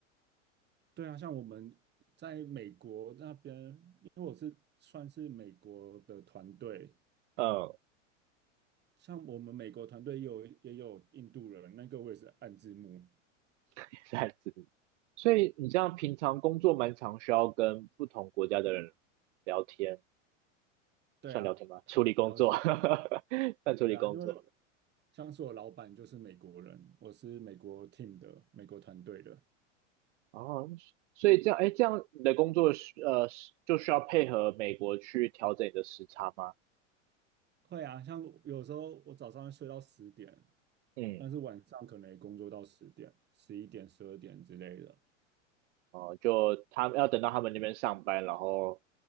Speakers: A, on the right; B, on the right.
A: 对啊，像我们在美国那边，因为我是算是美国的团队，
B: 嗯，
A: 像我们美国团队也有也有印度人，那个我也是按字幕。
B: <laughs> 是汉字幕。所以你这样平常工作蛮常需要跟不同国家的人聊天，
A: 对啊，
B: 算聊天吗？
A: 他蛮高级。
B: 处理工作，<laughs> 算处理工作。
A: 对啊，因为像是我老板就是美国人，我是美国 team 的美国团队的。
B: 哦，所以这样，哎，这样你的工作是呃是就需要配合美国去调整你的时差吗？
A: 会啊，像有时候我早上会睡到十点，
B: 嗯。
A: 但是晚上可能也工作到十点、十一点、十二点之类的。
B: 哦，就他们要等到他们那边上班，然后